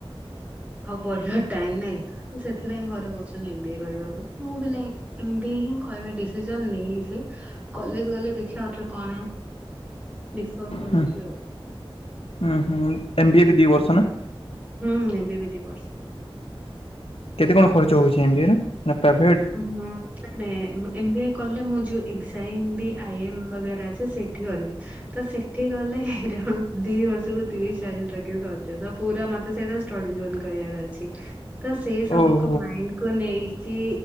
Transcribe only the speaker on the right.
ଆଉ ବଢିବା ଟାଇମ୍ ନାଇଁ। ସେଥିପାଇଁ ଘରେ କହୁଛନ୍ତି ଏମ୍ ବି ଏ କରିବାକୁ ମୁଁ ବି ଲାଇକ୍ ଏମ୍ ବି ଏ ହିଁ କରେ ଡିସିସନ୍ ନେଇଛି, କଲେଜ ଗଲେ ଦେଖିବା ଆଉଥରେ କଣ ଡିଫଗ କରୁଛି
ଆଉ।
ହୁଁ ଏମ୍ ବିି ଏ ବି ଦି ବର୍ଷ।
ହୁଁ। ନାଇ ନାଇଁ ଏମ୍ ବି ଏ କଲେ ମୁଁ ଯୋଉ ଏକଜାଇମ୍ ବି ଆଇ ଏମ୍ ବଗେରା ଅଛି ସେଠି କରିବି। ତ ସେଠି ଗଲେ ଅରାଉଣ୍ଡ ଦି ବର୍ଷକୁ ତିରିଶ ଚାଳିଶ ଲକ୍ଷ ସରଯିବ ତ ପୁରା ମତେ ସେଇଟା ଷ୍ଟଡିଲୋନ କରିବାର ଅଛି, ତ ସେ ସବୁ
କୁ ମାଇଣ୍ଡ କୁ ନେଇକି।